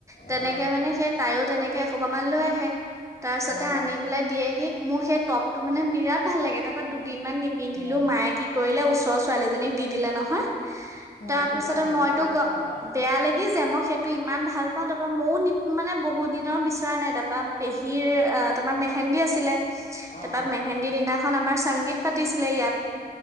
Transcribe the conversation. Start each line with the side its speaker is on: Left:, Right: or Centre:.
Right: তেনেকে
Left: অ
Right: মানে সেই তাইও তেনেকে এসোপা মান লৈ আহে তাচত
Left: অ
Right: তাই আনি পেলাই দিয়েহি মোৰ সেই টপ টো মানে বিৰাট ভাল লাগে তাৰপা দোপ দিনমান নিপিন্ধিলো
Left: বিয়া
Right: মায়ে কি কৰিলে উচ ত ছোৱালীজনীক দি দিলে নহয় তাৰপিছতে
Left: মনটো বেয়া লাগি
Right: মইতো
Left: যায় হয়
Right: গ
Left: নাই বাৰু
Right: বেয়া লাগি যে মই সেত তো ইমান ভাল পাও তাৰাপা মইও নি মানে বহুত দিনৰ বিচৰা নাই তাৰাপা পেহীয়ে এ আপ হেন্দি আছিলে তাপা
Left: অ
Right: মেহেন্দদি দিনাখন আমাৰ সংগীত পাতিছিলে ইয়াত